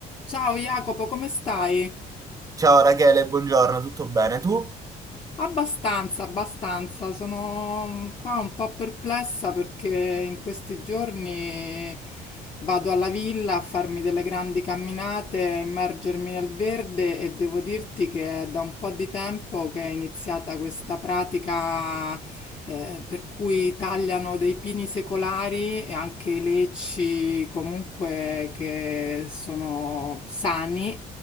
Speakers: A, on the left; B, on the right.
A: Ciao Jacopo, come stai?
B: Ciao Rachele, buongiorno, tutto bene tu?
A: Abbastanza, abbastanza. Sono qua un po' perplessa perché in questi giorni vado alla villa a farmi delle grandi camminate, a immergermi nel verde e devo dirti che è da un po' di tempo che è iniziata questa pratica eh, per cui tagliano dei pini secolari e anche lecci comunque che sono sani